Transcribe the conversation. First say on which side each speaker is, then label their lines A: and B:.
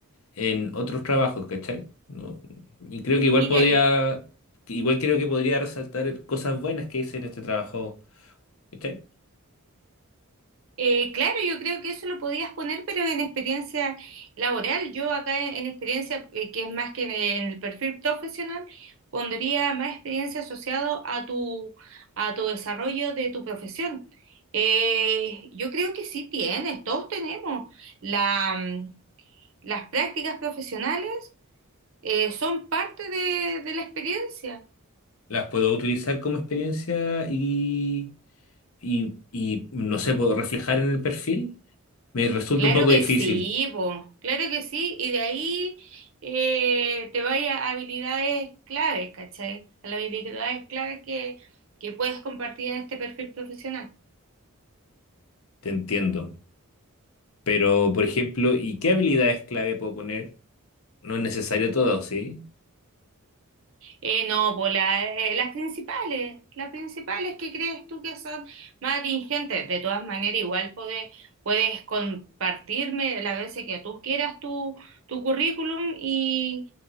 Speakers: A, on the left; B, on the right.
A: en otros trabajos, ¿cachai? No, y creo que igual
B: Mira,
A: podría,
B: y,
A: igual creo que podría resaltar cosas buenas que hice en este trabajo, ¿cachai?
B: eh, claro, yo creo que eso lo podías poner, pero en experiencia laboral. Yo acá en, en experiencia, eh, que es más que en, en el perfil profesional, pondría más experiencia asociado a tu, a tu desarrollo de tu profesión. Eh, yo creo que sí tienes, todos tenemos. la mm, Las prácticas profesionales eh, son parte de, de la experiencia.
A: Las puedo utilizar como experiencia y, y, y no sé, puedo reflejar en el perfil. Me resulta
B: Claro
A: un poco
B: que
A: difícil,
B: sí, po, claro que sí, y de ahí eh, te vaya a habilidades claves, ¿cachai? A las habilidades claves que, que puedes compartir en este perfil profesional.
A: te entiendo. Pero, por ejemplo, ¿y qué habilidades clave puedo poner? No es necesario todo, ¿sí?
B: Eh, no, pues la- eh, las principales, las principales que crees tú que son más atingentes. De todas maneras, igual puedes, puedes compartirme las veces que tú quieras tu, tu currículum y,